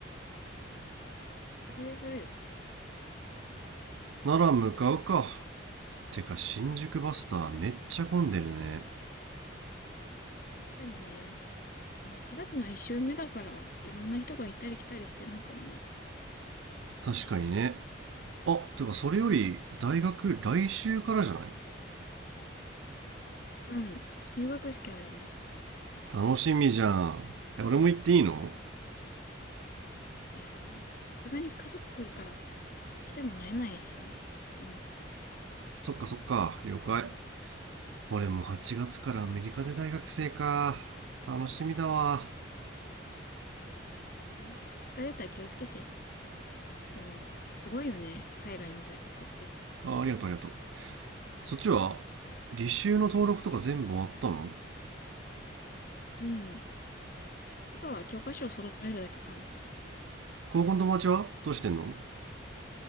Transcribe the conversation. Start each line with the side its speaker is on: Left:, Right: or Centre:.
Left: あ、そこでするよ。
Right: なら向かうかてか新宿バスターめっちゃ混んでるね
Left: 確かにね、うん4月の1週目だから、いろんな人が行ったり来たりしてるのかもね。
Right: 確かにねあてかそれより大学来週からじゃない
Left: うん、入学式あるね。
Right: 楽しみじゃんえ俺も行っていいの
Left: いやー、さすがに家族来るから、来ても会えないし。うん、
Right: そっかそっか、了解。俺も8月からアメリカで大学生か。楽しみだわ。
Left: うんエスカレーター気をつけて。でも、すごいよね、海外の大学って。
Right: あ、ありがとうありがとう。そっちは履修の登録とか全部終わったの
Left: うん、あとは教科書を揃えるだけかな。
Right: 高校の友達はどうしてんの